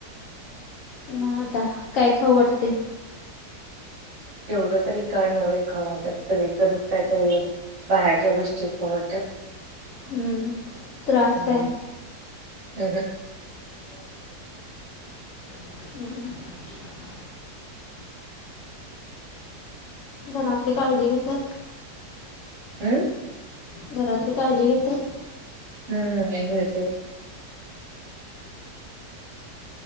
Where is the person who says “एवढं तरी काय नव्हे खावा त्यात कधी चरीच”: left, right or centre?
Right